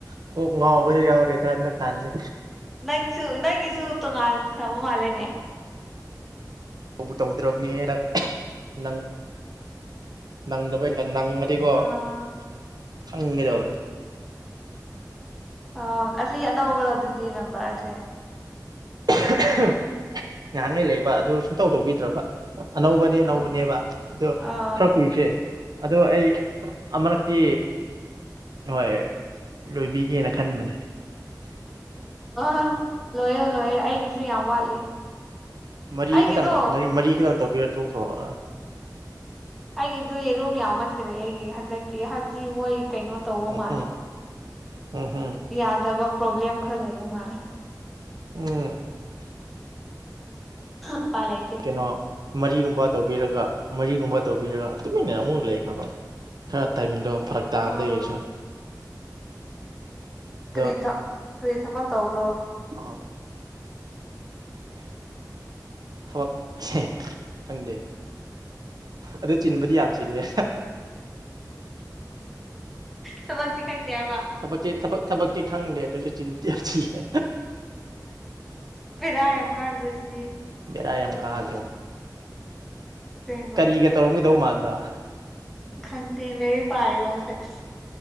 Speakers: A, on the right; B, in the centre.
A: ꯀꯣꯛ ꯉꯥꯎꯕꯖꯨ ꯌꯥꯎꯔꯦꯗ ꯍꯟꯗꯛ ꯀꯥꯟꯁꯦ
B: ꯅꯪꯁꯨ ꯅꯪꯒꯤꯁꯨ ꯇꯣꯉꯥꯟꯈ꯭ꯔꯕ ꯃꯥꯜꯂꯦꯅꯦ
A: ꯇꯧꯕꯨ ꯇꯧꯗ꯭ꯔꯕꯅꯤꯍꯦ ꯗꯛ ꯅꯪ ꯅꯪꯗꯕꯩ ꯅꯪꯉꯗꯤꯀꯣ
B: ꯑꯥ
A: ꯈꯪꯒꯗꯧꯕꯅꯦ
B: ꯑ ꯑꯁꯤ ꯑꯅꯧꯕꯔꯣ ꯑꯗꯨꯗꯤ ꯅꯝꯕꯔꯁꯦ
A: <unintelligible> ꯉꯥꯍꯥꯡꯉꯩ ꯂꯩꯕ ꯑꯗꯨ ꯁꯨꯡꯇꯧ ꯇꯧꯕꯤꯗ꯭ꯔꯕ ꯑꯅꯧꯕ ꯑꯅꯧꯕꯅꯦꯕ
B: ꯑꯥ
A: ꯑꯗꯣ
B: ꯑꯥ
A: ꯈꯔ ꯀꯨꯏꯈꯔꯦ ꯑꯗꯣ ꯑꯩ ꯑꯃꯨꯔꯛꯇꯤ ꯍꯣꯏ ꯂꯣꯏꯕꯤꯒꯦꯅ ꯈꯟꯕꯅꯦ
B: ꯑꯥ ꯂꯣꯏꯌꯣ ꯂꯣꯏꯌꯦꯦ ꯑꯩꯒꯤꯁꯨ ꯌꯥꯝ ꯋꯥꯠꯂꯤ
A: ꯃꯔꯤ
B: ꯑꯩꯒꯤꯗꯣ
A: ꯈꯤꯇꯪ ꯃꯔꯤ ꯈꯤꯇꯪ ꯇꯧꯕꯤꯔ ꯇꯣꯛꯈ꯭ꯔꯣꯕ
B: ꯑꯩꯒꯤꯗꯨ ꯌꯦꯔꯨꯝ ꯌꯥꯝꯃꯟꯈ꯭ꯔꯦ ꯑꯩꯒꯤ ꯍꯟꯗꯛꯀꯤ ꯍꯥꯏꯕꯗꯤ ꯃꯣꯏ ꯀꯩꯅꯣ ꯇꯧꯕ
A: ꯎꯍꯨꯝ
B: ꯃꯥꯜꯂꯦ
A: ꯎꯍꯨꯝ
B: ꯌꯥꯗꯕ ꯄ꯭ꯔꯣꯕ꯭ꯂꯦꯝ ꯈꯔꯥ ꯂꯩꯕ ꯃꯥꯟꯂꯦ
A: ꯎꯝ
B: ꯎꯄꯥꯏ ꯂꯩꯇꯦ
A: ꯀꯩꯅꯣ ꯃꯔꯤꯒꯨꯝꯕ ꯇꯧꯕꯤꯔꯒ ꯃꯔꯤꯒꯨꯝꯕ ꯇꯧꯕꯤꯔ ꯇꯨꯃꯤꯟꯅ ꯑꯃꯨꯛ ꯂꯩꯈ꯭ꯔꯕ ꯈꯔ ꯇꯥꯏꯃꯤꯡꯗꯣ ꯐꯔꯛ ꯇꯥꯕꯗꯩ
B: ꯑꯥ
A: ꯑꯩꯁꯨ ꯑꯗꯣ
B: ꯀꯔꯤ ꯊ ꯀꯔꯤ ꯊꯕꯛ ꯇꯧꯕ꯭ꯔꯣ
A: ꯍꯣꯏ ꯊꯕꯛꯁꯦ ꯈꯪꯗꯦ ꯑꯗꯣ ꯆꯤꯟꯕꯗꯤ ꯌꯥꯝ ꯆꯤꯜꯂꯦ
B: ꯊꯕꯛꯇꯤ ꯈꯪꯗꯦꯕ
A: ꯊꯕꯛꯇꯤ ꯊꯕꯛ ꯊꯕꯛꯇꯤ ꯈꯪꯗꯦ ꯑꯗꯨꯁꯨ ꯆꯤꯟꯕꯨꯗꯤ ꯌꯥꯝ ꯆꯤꯟꯂꯦ
B: ꯕꯦꯔꯥ ꯌꯝ ꯀꯘ꯭ꯔꯣ ꯑꯗꯨꯗꯤ
A: ꯕꯦꯔꯥ ꯌꯥꯝ ꯀꯥꯗ꯭ꯔꯣ
B: ꯑꯁꯦꯡꯕ
A: ꯀꯔꯤꯒ ꯇꯧꯔꯝꯒꯗꯧ ꯃꯥꯟꯕ꯭ꯔꯥ
B: ꯈꯪꯗꯦ ꯂꯩꯔꯤꯛ ꯄꯥꯔꯤꯔꯣ ꯍꯧꯖꯤꯛ